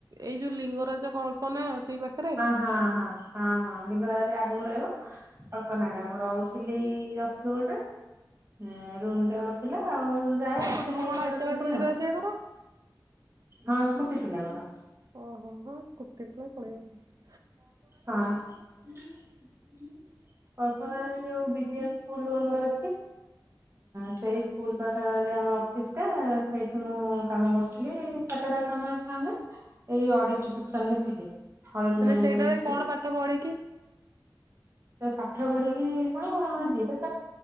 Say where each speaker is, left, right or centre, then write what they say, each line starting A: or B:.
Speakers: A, on the right (about 50°); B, on the right (about 35°).
A: ଏଇ ଯୋଉ ଲିଙ୍ଗରାଜ କଳ୍ ପନା ସେଇ ପାଖେରେ।
B: ହଁ ହଁ ହଁ ହଁ ଲିଙ୍ଗରା ନଦୀ ଆଗକୁ ରହିବ। ଅଳ୍ପନା ଟା ମୁଁ ରହୁଥିଲି ରସୁଲଗଡ଼ ରେ। ଉଁ ରୁମ୍ ଟା କରିଥିଲା ଆଉ ଯାଏ
A: ରସୁଲୁ
B: ସ୍କୁଟି ନେଇକି
A: କଣ
B: ମୋର
A: ଏତେ
B: ଥିଲି
A: ବାଟରୁ ଯିବା
B: ଆଉ।
A: ଆସିବା କର?
B: ହଁ ସ୍କୁଟି ଥିଲା ଆମର।
A: ଓହୋ ହଁ ସ୍କୁଟି କୁ <inaudible>
B: ପାସ। କଳ୍ପନା ଯୋଉ ବିଜେ ଫୁଲ ଆମର ଅଛି ସେଇ ସ୍କୁଲ ପାଖାପରେ ଆମ ଅଫିସ ଟା ସେଇଠି ମୁଁ କାମ କରୁଥିଲି ସାତଟା କାମ ଏଇ ଅଡିଟି ସେକ୍ସନ ଥିଲେ ଅଡିଟି
A: ମାନେ
B: ମ୍ୟନେଜର
A: ସେଇଟାରେ କଣ
B: ଥିଲି।
A: ପାଠ ପଢିକି
B: ଏ ପାଠ ପଢିକି କଣ ଯିବ